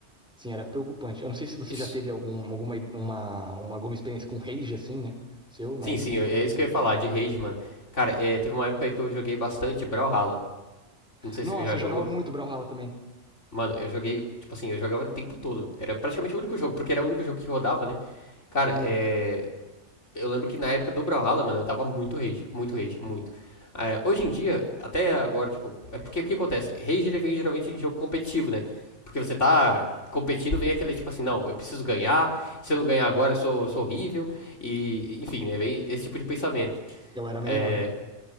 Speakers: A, in the centre; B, on the left.
A: Assim, era preocupante. Eu não sei se você
B: Isso.
A: já teve algum, alguma, uma, uma, alguma experiência com rage, assim, né? Seu, mas.
B: Sim, sim, é
A: eu
B: isso
A: tinha.
B: que eu ia falar, de rage, mano. Cara, é, teve uma época aí que eu joguei bastante Brawlhalla. Não sei
A: Nossa,
B: se você já
A: eu
B: jogou.
A: jogava muito Brawlhalla também.
B: Mano, eu joguei, tipo assim, eu jogava o tempo todo. Era praticamente o único jogo, porque era o único jogo que rodava, né? Cara,
A: Hum,
B: é, Eu lembro que na época do Brawlhalla, mano, eu dava muito rage, muito rage, muito. É, hoje em dia, até agora, tipo, é porque o que acontece? Rage ele vem geralmente em jogo competitivo, né? Porque você tá competindo, vem aquele tipo assim, não, eu preciso ganhar, se eu não ganhar agora eu sou, sou horrível, e enfim, né? Vem esse tipo de pensamento.
A: eu era main
B: É,
A: Orion.